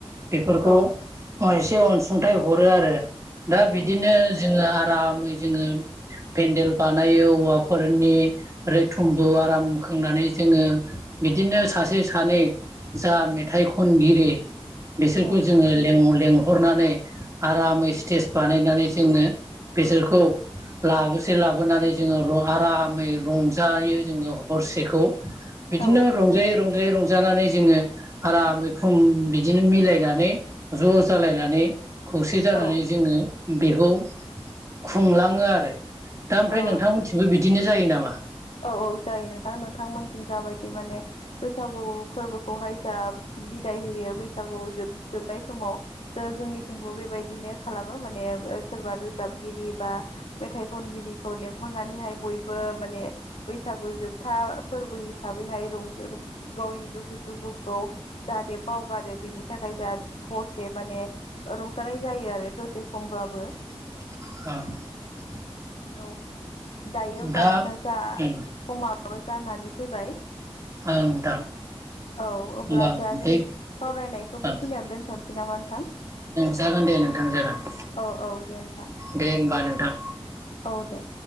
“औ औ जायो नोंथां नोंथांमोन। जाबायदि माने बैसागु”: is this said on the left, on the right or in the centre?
Left